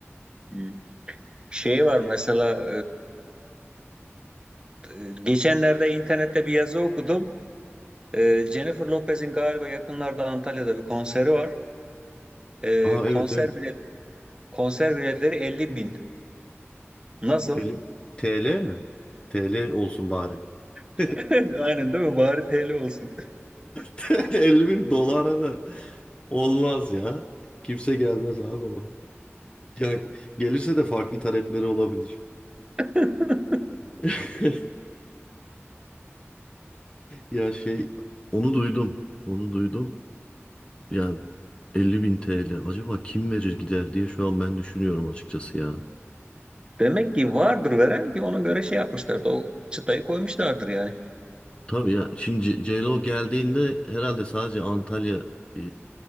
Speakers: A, on the right; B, on the left.
A: Hı. Şey var mesela Ee, Geçenlerde internette bir yazı okudum. Ee, Jennifer Lopez'in galiba yakınlarda Antalya'da bir konseri var. Ee,
B: Aa evet
A: konser
B: evet.
A: bilet konser biletleri 50 bin. Nasıl?
B: Öyle. TL mi? TL olsun bari.
A: <laughs>
B: <laughs>
A: Aynen değil mi? Bari TL olsun.
B: TL 50 bin dolara da olmaz ya. Kimse gelmez abi ona. Yani gelirse de farklı talepleri olabilir.
A: <laughs>
B: <laughs> Ya şey onu duydum. Onu duydum. Yani 50 bin TL. Acaba kim verir gider diye şu an ben düşünüyorum açıkçası ya.
A: Demek ki vardır veren ki ona göre şey yapmışlardı. O çıtayı koymuşlardır yani.
B: Tabii ya. Şimdi C- Ceylo geldiğinde herhalde sadece Antalya e,